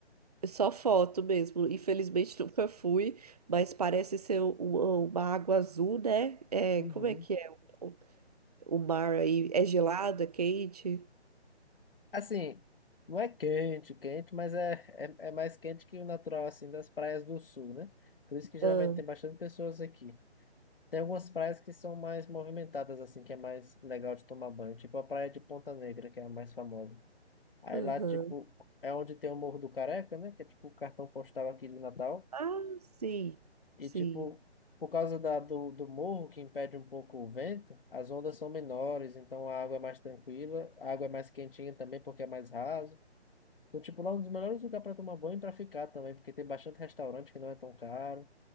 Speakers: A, on the right; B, on the left.
A: É Só foto mesmo. Infelizmente <laughs> nunca fui, mas parece ser um- um- uma água azul, né? É,
B: Uhum.
A: como é que é o, o mar aí? É gelado, é quente?
B: Assim, não é quente, quente, mas é, é, é mais quente que o natural, assim, das praias do sul, né? Por isso que geralmente
A: Ah,
B: tem bastante pessoas aqui. Tem algumas praias que são mais movimentadas, assim, que é mais legal de tomar banho. Tipo a praia de Ponta Negra, que é a mais famosa. Aí
A: aham.
B: lá, tipo, é onde tem o Morro do Careca, né? Que é tipo o cartão postal aqui de Natal.
A: Ah, sim,
B: E,
A: sim.
B: tipo, por causa da, do, do morro, que impede um pouco o vento, as ondas são menores, então a água é mais tranquila. A água é mais quentinha também, porque é mais raso. Então, tipo, lá é um dos melhores lugares para tomar banho e para ficar também, porque tem bastante restaurante que não é tão caro.